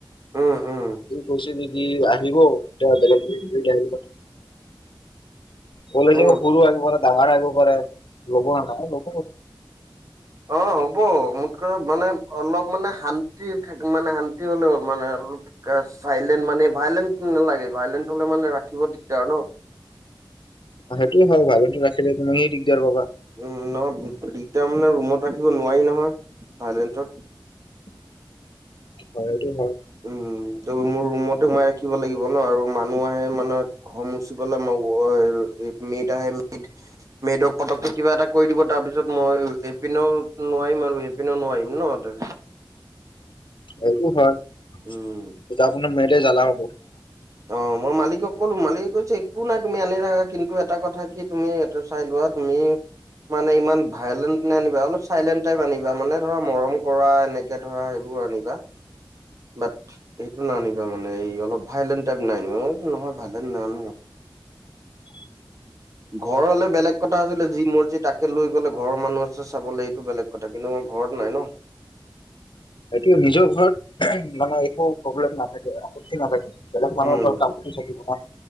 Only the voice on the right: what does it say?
উম উম
উম
অ হ'ব মোঠ কথা মানে অলপ মানে শান্তি থাক মানে শান্তি হলে হ'ল মানে। চাইলেণ্ট মানে ভাইলেণ্ট নালাগে, ভাইলেণ্ট হ'লে মানে ৰাখিব দিগদাৰ ন
উম নহয় দিগটাৰ মানে ৰুমত ৰাখিব নোৱাৰি নহয় ভাইলেন্টত
উম ত মোৰ ৰুমত সোমাই ৰাখিব লাগিব ন আৰু মানুহ আহে মানে <unintelligible> মেদ আহে মেদ, মেদ পতককে কিবা এটা কৰি দিব তাৰপিছত ম ম এপিনেও নোৱাৰিম আৰু এপিনেও নোৱাৰিম ন।
উম
অ মই মালিকক ক'লো মালিকে কৈছে একো নাই তুমি আনি ৰাখা কিন্তু এটা কথা কি তুমি ইয়াতে চাই লোৱা তুমি মানে ইমান ভাইলেন্ট নানিবা অলপ চাইলেণ্ট টাইপ আনিবা মানে ধৰা মৰম কৰা এনেকে ধৰা এইবোৰ কুকুৰ আনিবা? বাট সেইটো নানিবা মানে অলপ ভাইলেণ্ট টাইপ নানিব অ', নহয় ভাইলেণ্ট নাই অনা।
ঘৰ হ'লে বেলেগ কথা আছিলে যি মৰ্জি তাকে লৈ গ'লে ঘৰৰ মানুহ আছে চাবলৈ সেইটো বেলেগ কথা, কিন্তু মই ঘৰত নাই ন।
উম